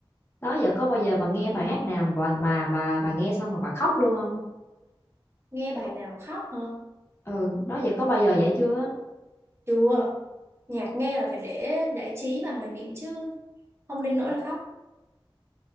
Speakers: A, on the left; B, on the right.
A: đó giờ có bao giờ bà nghe bài hát nào mà bà bà bà bà nghe xong mà bà khóc luôn không
B: nghe bài nào mà khóc hả
A: ừ đó giờ có bao giờ vậy chưa
B: chưa Nhạc nghe là phải để giải trí và hoài niệm chứ không đến nỗi là khóc.